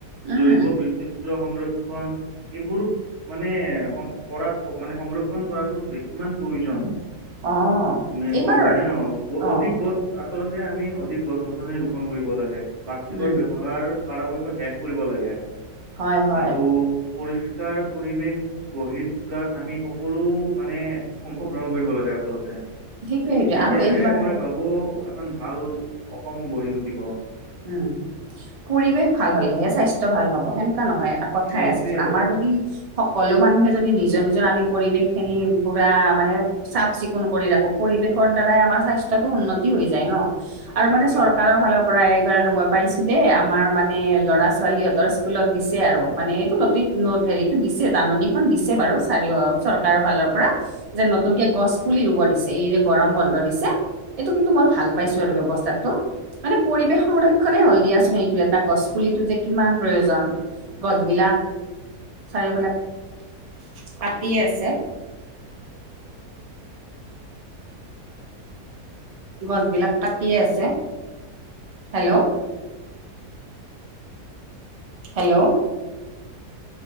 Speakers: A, on the right; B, on the right.
A: জৈৱ
B: উম
A: বি <unintelligible> সংৰক্ষণ এইবোৰ মানে কৰাত মানে সংৰক্ষণ কৰাতো কিমান প্ৰয়োজন।
B: অ',
A: মানে
B: এইবাৰ
A: <unintelligible> হয়নে নে নহয়,
B: অ',
A: অধিক গছ- আচলতে আমি অধিক গছ-গছনি ৰোপন কৰিব লাগে, প্লাষ্টিকৰ
B: উম,
A: ব্যৱহাৰ পৰাপক্ষত শেষ কৰিব লাগে
B: হয়, হয়।
A: আৰু পৰিষ্কাৰ পৰিৱেশ, গঢ়ি তোলাত আমি সকলো মানে অংশগ্ৰহণ কৰিব লাগে আচলতে।
B: সেইটোৱে,
A: এ
B: সেইটোৱে
A: তেতিয়াহে
B: আৰু এইবাৰ
A: মই ভাবো এখন ভাল অসম গঢ়ি উঠিব।
B: উম, পৰিৱেশ ভাল হলেহে স্বাস্থ্য ভাল হ'ব সেনেকুৱা নহয় এটা কথাই
A: সেইটোৱে
B: আছে চোন, আমাৰ যদি- সকলো মানুহে যদি নিজৰ নিজৰ আমি পৰিৱেশ খিনি পুৰা মানে, চাফ চিকুণ কৰি ৰাখো পৰিৱেশৰ দ্বাৰাই আমাৰ স্বাস্থ্যটো উন্নতি হৈ যায় ন। আৰু
A: সেইটোৱে
B: মানে চৰকাৰৰ
A: কথা
B: ফালৰ পৰা এক, বাৰ মই পাইছো দেই, আমাৰ মানে ল'ৰা ছোৱালী সতৰ স্কুলত দিছে আৰু মানে এইটো নটিচ নত হেৰিতটো দিছে জাননীখন দিছে বাৰু চাৰিও চৰকাৰৰ ফালৰ পৰা। যে নতুনকে গছ পুলি ৰুব দিছে, এই যে গৰম বন্ধ দিছে। এইটো কিন্তু মই ভাল পাইছো আৰু ব্যৱস্থাটো মানে পৰিৱেশ, সংৰক্ষনেই হ'ল দিয়াচোন এইটো এটা গছ পুলিটো যে কিমান প্ৰয়োজন। গছবিলাক- চাৰিওফালে কাটিয়ে আছে। গছবিলাক কাটিয়ে আছে, হেল্ল', হেল্ল'